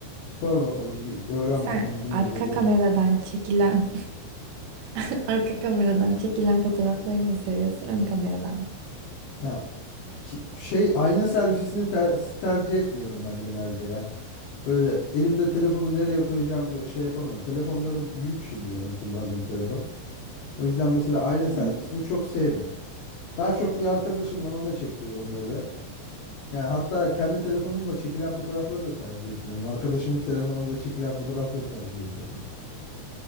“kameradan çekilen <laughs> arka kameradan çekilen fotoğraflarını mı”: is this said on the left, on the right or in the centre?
Right